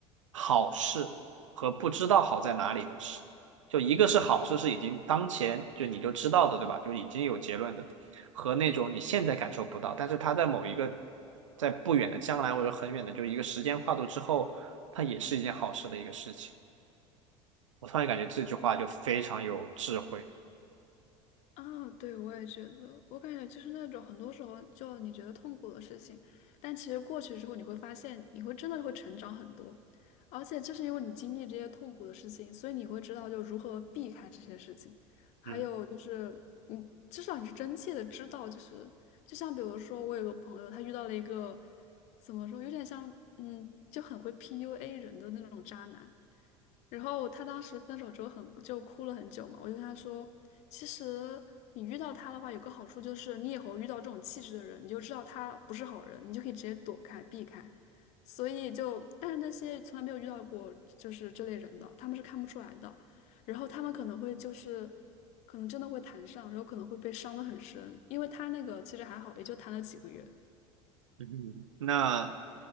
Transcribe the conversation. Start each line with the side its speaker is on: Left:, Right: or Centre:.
Right: 好事和不知道好在哪里的事，就一个是好事是已经当前就你就知道的，对吧？就已经有结论的，和那种你现在感受不到，但是它在某一个在不远的将来或者很远的就一个时间跨度之后，它也是一件好事的一个事情。我突然感觉这句话就非常有智慧。
Left: 啊，对，我也觉得，我感觉就是那种很多时候就你觉得痛苦的事情，但其实过去之后你会发现，你会真的会成长很多，而且就是因为你经历这些痛苦的事情，所以你会知道就如何避开这些事情，还有就是你至少你是真切的知道，
Right: 嗯
Left: 就是就像比如说我有个朋友，他遇到了一个怎么说，有点像嗯就很会 PUA 人的那种渣男。然后他当时分手之后很就哭了很久嘛，我就跟他说，其实你遇到他的话，有个好处就是你以后遇到这种气质的人，你就知道他不是好人，你就可以直接躲开避开。所以就，但是那些从来没有遇到过就是这类人的，他们是看不出来的。然后他们可能会就是，可能真的会谈上，然后可能会被伤得很深，因为他那个其实还好，也就谈了几个月。
Right: 嗯，那